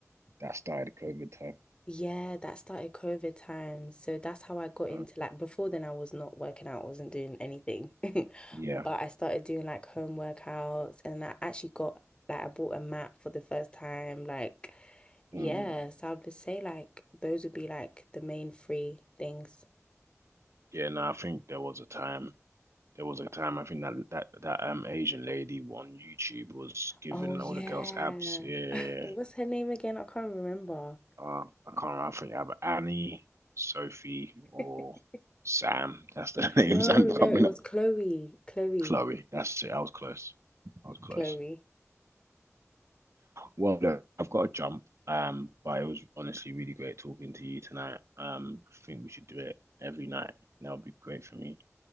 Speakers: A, on the right; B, on the left.
A: that started COVID time.
B: Yeah, that started COVID times. So that's how I got into
A: Uh,
B: like before then I was not working out, I wasn't doing anything. <laughs>
A: Yeah.
B: But I started doing like home workouts and I actually got like I bought a mat for the first time. Like yeah,
A: Mm.
B: so I would say like those would be like the main three things.
A: Yeah, no, I think there was a time. There was a time I think that that that um Asian lady on YouTube was giving
B: Oh yeah.
A: all the girls abs. Yeah, yeah,
B: <laughs>
A: yeah.
B: What's her name again? I can't remember.
A: Uh, I can't remember. I think either Annie, Sophie, or
B: <laughs>
A: Sam. That's the <laughs> names
B: No,
A: I'm
B: no,
A: coming
B: it was
A: up.
B: Chloe. Chloe.
A: Chloe. That's it. I was close. I was close.
B: Chloe.
A: Well, look, I've got to jump. Um, but it was honestly really great talking to you tonight. Um, I think we should do it every night. That would be great for me,